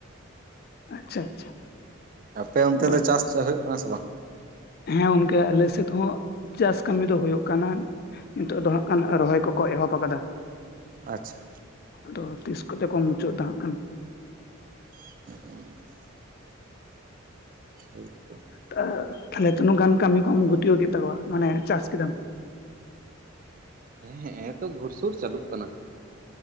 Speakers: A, on the left (about 45°); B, on the right (about 40°).
A: ᱟᱪᱪᱷᱟ ᱟᱪᱪᱷᱟ
B: ᱟᱯᱮ ᱚᱱᱛᱮ
A: ᱵᱟ
B: ᱫᱚ ᱪᱟᱥ ᱪᱟ ᱦᱩᱭᱩᱜ ᱠᱟᱱᱟ ᱥᱮ ᱵᱟᱝ
A: ᱦᱮᱸ ᱜᱚᱝᱠᱮ ᱟᱞᱮᱥᱮᱫ ᱦᱚᱸ ᱪᱟᱥ ᱠᱟᱹᱢᱤ ᱫᱚ ᱦᱩᱭᱩᱜ ᱠᱟᱱᱟ ᱱᱤᱛᱚᱜ ᱫᱚ ᱦᱟᱸᱜ ᱠᱷᱟᱱ ᱨᱚᱦᱚᱭ ᱠᱚᱠᱚ ᱮᱦᱚᱵ ᱠᱟᱫᱟ
B: ᱟᱪᱪᱷᱟ
A: ᱟᱫᱚ ᱛᱤᱥ ᱠᱚᱛᱮ ᱠᱚ ᱢᱩᱪᱟᱹᱫᱟ ᱦᱟᱸᱜ ᱠᱷᱟᱱ
B: <inaudible> ᱦᱳᱭ ᱛᱚ
A: <unintelligible> ᱛᱟᱦᱞᱮ ᱛᱤᱱᱟᱹᱜᱟᱱ ᱠᱟᱹᱢᱤ ᱠᱚᱢ ᱜᱩᱛᱟᱹᱣ ᱠᱮᱫ ᱛᱟᱠᱚᱣᱟ ᱢᱟᱱᱮ ᱪᱟᱥ ᱠᱮᱫᱟᱢ
B: ᱦᱮᱸ <unintelligible> ᱛᱚ ᱜᱷᱩᱨᱥᱩᱨ ᱪᱟᱹᱞᱩᱜ ᱠᱟᱱᱟ